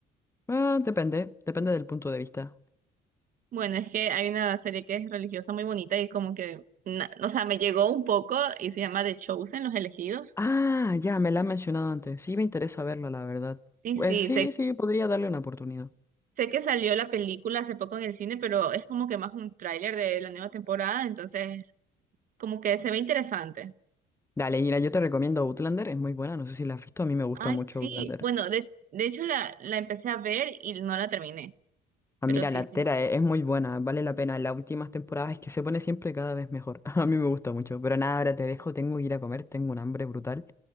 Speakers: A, on the left; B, on the right.
A: Ah, depende, depende del punto de vista.
B: Bueno, es que hay una serie que es religiosa muy bonita y como que, na- o sea, me llegó un poco y se llama The Chosen, Los Elegidos.
A: Ah, ya, me la han mencionado antes, sí me interesa verla, la verdad.
B: Sí,
A: Pues
B: sí,
A: sí,
B: sé,
A: sí, podría darle una oportunidad.
B: sé que salió la película hace poco en el cine, pero es como que más un tráiler de la nueva temporada, entonces como que se ve interesante.
A: Dale, mira, yo te recomiendo Outlander, es muy buena, no sé si la has visto, a mí me gusta
B: Ay,
A: mucho
B: sí.
A: Outlander.
B: Bueno, de, de hecho la, la empecé a ver y no la terminé.
A: Ah,
B: Pero
A: mira,
B: sí,
A: la
B: sí.
A: tera e- es muy buena, vale la pena. Las últimas temporadas es que se pone siempre cada vez mejor. <laughs> A mí me gusta mucho. Pero nada, ahora te dejo, tengo que ir a comer, tengo un hambre brutal.